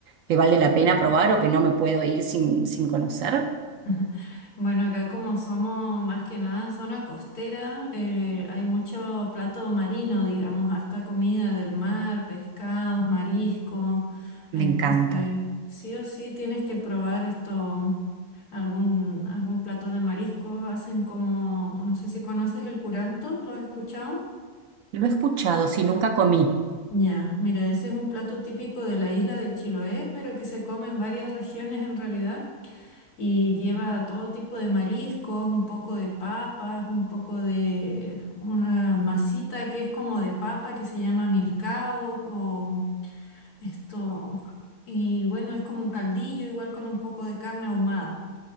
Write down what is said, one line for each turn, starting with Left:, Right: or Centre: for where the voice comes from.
Right: que vale la pena probar o que no me puedo ir sin, sin conocer?
Left: <laughs> Bueno, acá como somos más que nada zona costera, eh, hay mucho plato marino, digamos, harta comida del mar, pescados, mariscos.
Right: Me
Left: Entonces,
Right: encanta.
Left: sí o sí tienes que probar esto, algún, algún plato de mariscos. Hacen como, no sé si conoces el curanto, ¿lo has escuchado?
Right: Lo he escuchado, sí, nunca comí.
Left: Ya, mira, ese es un plato típico de la isla de Chiloé, pero que se come en varias regiones en realidad. y lleva todo tipo de mariscos, un poco de papas, un poco de una masita que es como de papa que se llama milcao o esto. Y bueno, es como un caldillo, igual con un poco de carne ahumada.